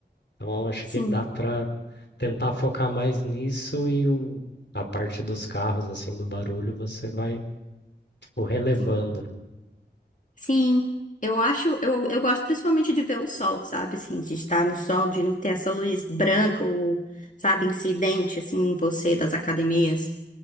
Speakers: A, on the left (about 75°); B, on the left (about 45°).
A: Então, acho
B: Sim,
A: que dá para tentar focar mais nisso e o, a parte dos carros, assim, do barulho, você vai, tipo, relevando.
B: sim. Sim, eu acho, eu, eu gosto principalmente de ver o sol, sabe? Assim, de estar no sol, de não ter essa luz branca ou, sabe, incidente, assim, em você das academias.